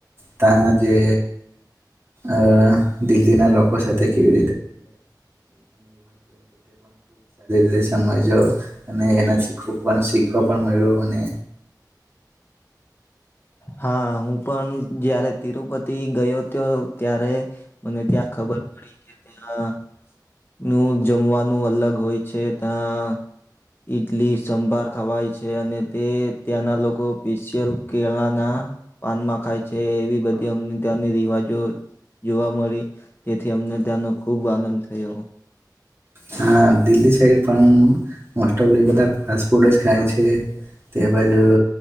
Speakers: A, on the right (about 35°); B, on the left (about 30°).
A: તં જે અ દિલ્હીના લોકો <unintelligible> સારી રીતે સમજજો અને એના શીખવું પણ શીખવા પણ મળ્યું અને
B: હા હું પણ જય્યારે તિરુપતિ ગયો તો ત્યારે મને ત્યાં ખબર પડી કે ત્યાં નું જમવાનું અલગ હોય છે ત્યાં ઈડલી સંભાર ખાવાય છે તે ત્યાંના લોકો સ્પેશિયલ કેળાના પાનમાં ખાય છે એવી બધી અમને ત્યાંની રિવાજો જોવા મળી તેથી અમને ત્યાંનો ખુબ આનંદ થયો.
A: હા. દિલ્હી સાઈડ પણ મોસ્ટ ઓફ બધા ફાસ્ટ ફૂડ જ ખાય છે. તે બાદ